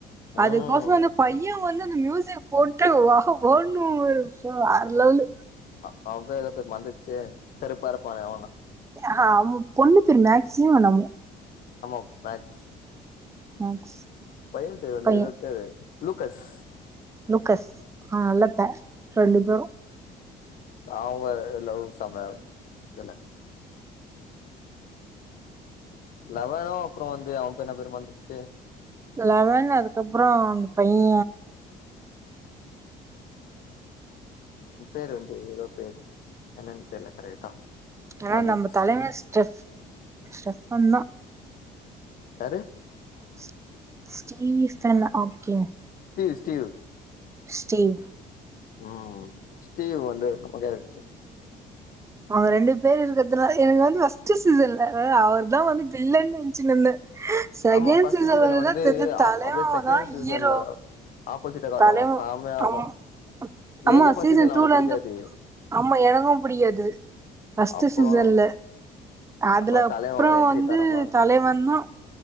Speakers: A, on the left; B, on the right.
A: ம்
B: அதுக்கோச வந்து பைய வந்து அந்த மியூசிக் போட்டு வா ஓடணு <unintelligible>
A: ஆ அவ <unintelligible> செ கருப்பாருப்பானே அவன
B: ஆ பொண்ணு பேர் மேக்சியோ <unintelligible>
A: ஆமா மேக்ஸ்
B: மேக்ஸ்
A: பைய பேரு வந்து
B: பையன்
A: எதோ பேரு லூக்கஸ்
B: கஸ் நல்ல <unintelligible> ரெண்டு பேரு
A: அவங்க <unintelligible> இல்ல லெவணனு அப்ற வந்து அவன் என்ன பேரு மறந்துச்சு
B: லெவன் அதுக்கப்ற அந்த பைய
A: பேரு வந்து எதோ பேரு என்னன் தெர்ல கரெக்டா
B: ஆனா
A: மறந்துச்சு
B: நம்ம தலைவ <unintelligible> <unintelligible>
A: யாரு
B: <unintelligible>
A: ஸ்டீவ் ஸ்டீவ்
B: ஸ்டீவ்
A: ம் ஸ்டீவ் வந்து நம்ம கேரக்ட்ரு
B: அவ ரெண்டு பேர் இருக்கறத்துனால எனக்கு வந்து <unintelligible> சீசன்ல அவர் தா வந்து வில்லன்னு நெனச்சின்னுருந்தே செகண்ட்
A: ஆமா ஃபர்ஸ்ட்
B: சீசன்
A: சீசன்ல
B: வந்து தா
A: ஆப்
B: <unintelligible>
A: அப்படியே செகண்ட்
B: தா
A: சீசன்ல
B: ஹீரோ
A: ஆப்போசிட்டா காட்டுவாங்க
B: தலைவ
A: செமையா இருக்கு
B: ஆம்
A: எனக்கே
B: ஆமா
A: ஃபர்ஸ்ட்
B: சீசன்
A: சீசன்ல அவன
B: டூலந்து
A: புடிக்காது
B: ஆமா எனக்கு புடிக்காது ஃபஸ்ட்டு
A: அப்புறோ
B: சீசன்ல அதுல
A: அப்ப
B: அப்ற
A: தலைவ ஒரு என்ட்ரி
B: வந்து
A: தரமா இருக்கு
B: தலைவந்தா